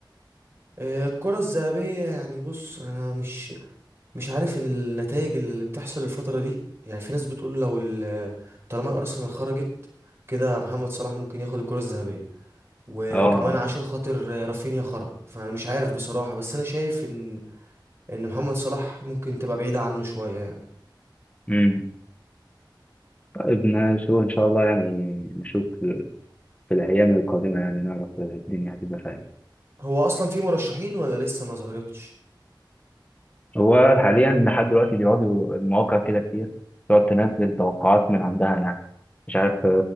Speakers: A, on the right (about 30°); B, on the left (about 15°).
A: آه، الكرة الذهبية يعني بص انا مش مش عارف النتائج اللي بتحصل الفترة دي يعني في ناس بتقول لو ال- طالما الارسنال خرجت كده محمد صلاح ممكن ياخد الكرة الذهبية وكمان
B: آه
A: عشان خاطر رافينيا خرج فانا مش عارف بصراحة بس انا شايف ان ان محمد صلاح ممكن تبقى بعيدة عنه شوية يعني
B: امم طيب نشوف إن شاء الله يعني نشوف في الأيام القادمة يعني نعرف الدنيا هتبقى فيها إيه
A: هو اصلا في مرشحين ولا لسه ما ظهرتش
B: هو حاليا لحد دلوقتي بيقعدوا المواقع كده كتير تقعد تنزل توقعات من عندها يعني مش عارف آه،